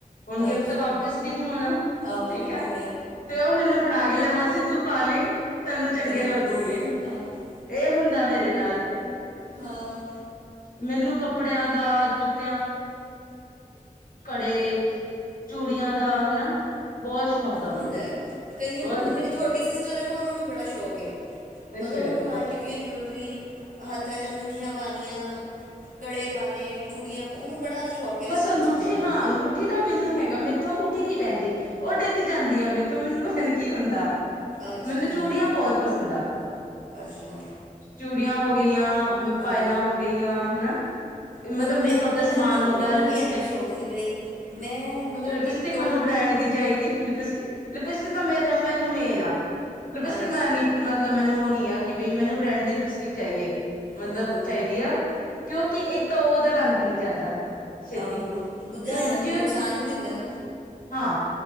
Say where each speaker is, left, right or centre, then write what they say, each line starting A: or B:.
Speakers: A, on the left; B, on the right.
A: ਹੁਣ ਗਿਫਟ
B: ਅੱਛਾ
A: ਤਾਂ ਵਾਪਿਸ ਵੀ ਨੀ ਹੋਣਾ
B: ਆਹੋ
A: ਠੀਕ
B: ਉਹ
A: ਹੈ
B: ਤੇ
A: ਤੇ ਉਹ ਮੈਨੂੰ ਫੜਾ ਗਲੇ ਮਾਸੀ ਤੂੰ ਪਾ ਲਈ ਤੈਨੂੰ ਚੰਗੇ
B: ਵਈ
A: ਲੱਗੂਗੇ
B: ਆਹੋ
A: ਇਹ ਹੁੰਦਾ ਮੇ ਤੇ ਨਾਲ
B: ਹਾਂ
A: ਮੈਨੂੰ ਕੱਪੜਿਆਂ ਦਾ, ਜੁ <inaudible> ਕੜੇ ਚੂੜੀਆਂ ਦਾ ਹਨਾ ਬਹੁਤ ਸ਼ੌਕ ਆ ਮੈਨੂੰ
B: ਹੁੰਦਾ ਕਈਆਂ
A: ਬਹੁਤ
B: ਨੂੰ ਹੁੰਦਾ ਮੇਰੀ ਛੋਟੀ ਸਿਸਟਰ ਨਾ ਉਹਨੂੰ ਵੀ ਬੜਾ ਸ਼ੌਕਏ
A: ਅੱਛਾ
B: ਮਤਲਬ ਉਹਨੂੰ ਜੂਲਰੀ ਹੱਥਾਂ ਚ ਅੰਗੂਠੀਆਂ ਪਾਉਣੀਆਂ ਕੜੇ ਪਾਉਣੇ ਚੂੜੀਆਂ ਉਹਨੂੰ ਬੜਾ ਸ਼ੌਕ ਹੈ
A: ਬਸ
B: ਇਸ ਸਭ
A: ਅੰਗੂਠੀ
B: ਚੀਜ਼ਾਂ ਦਾ
A: ਹਾਂ ਅੰਗੂਠੀ ਦਾ ਮੈਨੂੰ ਹੈਗਾ ਮੇ ਤੂੰ ਅਗੂਥੀ ਨੀ ਪੈਂਦੀ ਉਹ ਡਿੱਗ ਜਾਂਦੀ ਆ ਮੇਰੇ ਤੋਂ ਮੈਨੂੰ ਪਤਾ ਨੀ ਕੀ ਹੁੰਦਾ
B: ਅੱਛਾ
A: ਮੈਨੂੰ ਚੂੜੀਆਂ ਬਹੁਤ ਪਸੰਦ ਆ
B: ਅੱਛਾ
A: ਚੂੜੀਆਂ ਹੋ ਗਈਆਂ
B: ਹਾਂ
A: ਪਾਇਲਾਂ ਹੋ ਗਈਆਂ ਹਨਾ ਮਤਲਬ
B: ਉਹਨੂੰ ਵਿਆਹ
A: ਮੇਕਅੱਪ
B: ਤੋਂ ਪਹਿਲਾਂ
A: ਦਾ ਸਮਾਨ
B: ਵੀ ਸ਼ੌਕ
A: ਹੋ
B: ਉਹਨੂੰ
A: ਗਿਆ ਲਿਪਸਟਿਕ
B: ਵੀ ਇ ਜੀ ਸ਼ੌਕ ਸੀ ਬ ਮੈਂ ਮਤਲਬ
A: ਲਿਪਸਟਿਕ
B: ਟਿਪ ਟੋਪ
A: ਮੈਨੂੰ ਬ੍ਰੈਂਡ ਦੀ ਚਾਹੀਦੀ ਹੈ ਲਿਪਸਟਿਕ ਲਿਪਸਟਿਕ ਤਾਂ ਮੇਰੇ ਮੈਨੂੰ ਮੇਨ ਆ ਲਿਪਸਟਿਕ
B: ਅੱਛਾ
A: ਮੈ ਨੀ ਮਤਲਬ ਮੈਨੂੰ ਕਿ ਬਈ ਮੈਨੂੰ ਬ੍ਰੈਂਡ ਦੀ ਲਿਪਸਟਿਕ ਚਾਹੀਏ ਮਤਲਬ
B: ਹਾਂ
A: ਚਾਹੀਦੀ ਆ ਕਿਉਂਕਿ ਇੱਕ ਤਾਂ ਉਹਦਾ ਰੰਗ ਨਹੀਂ ਜਾਂਦਾ ਛੇਤੀ
B: ਆਹੋ ਦੂਜਾ ਹੈ
A: ਦੂਜੇ
B: ਨੁਕਸਾਨ ਨ ਦਿੰਦਾ ਨਾ
A: ਹਾਂ